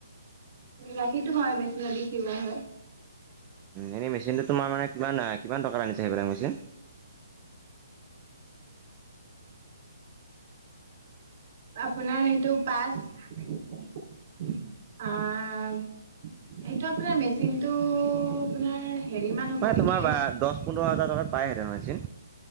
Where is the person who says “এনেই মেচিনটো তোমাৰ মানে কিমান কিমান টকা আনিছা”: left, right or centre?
Right